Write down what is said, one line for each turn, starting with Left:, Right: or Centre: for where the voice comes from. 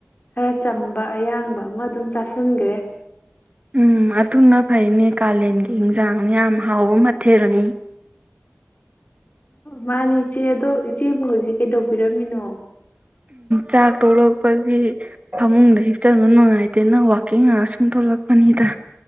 Left: ꯈꯔ ꯆꯝꯕ ꯑꯌꯥꯡꯕ ꯑꯃ ꯑꯗꯨꯝ ꯆꯥꯥꯁꯟꯈ꯭ꯔꯦ
Right: ꯎꯝ ꯑꯗꯨꯅ ꯐꯩ ꯃꯦꯒꯥꯂꯦꯟꯒꯤ ꯏꯟꯁꯥꯡ ꯌꯥꯝ ꯍꯥꯎꯕ ꯃꯊꯦꯜꯅꯤ
Left: ꯃꯥꯅꯦ ꯏꯆꯦ ꯑꯗꯣ ꯏꯆꯦꯕꯨ ꯍꯧꯖꯤꯛ ꯀꯩꯗꯧꯕꯤꯔꯝꯃꯤꯅꯣ
Right: ꯆꯥꯛ ꯊꯣꯛꯂꯛꯄꯒꯤ ꯐꯃꯨꯡꯗ ꯍꯦꯛꯆꯟꯕ ꯅꯨꯡꯉꯥꯏꯇꯦꯅ ꯋꯥꯛꯀꯤꯡ ꯉꯁꯨꯝ ꯊꯣꯛꯂꯛꯄꯅꯤꯗ